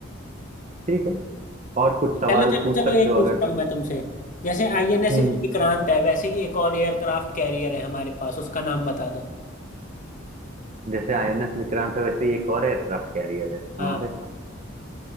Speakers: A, on the right (about 35°); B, on the left (about 40°).
A: ठीक है और कुछ सवाल
B: चलो चलो
A: पूछ
B: चलो
A: सकते
B: एक
A: हो
B: पूछता
A: अगर तो
B: हूँ मैं तुमसे जैसे आईएनएस
A: हम्म
B: विक्रांत है वैसे ही एक और एयरक्राफ्ट कैरियर है हमारे पास उसका नाम बता दो
A: जैसे आईएनएस विक्रांत है वैसे ही एक और एयरक्राफ्ट कैरियर है
B: हाँ
A: हमारे पास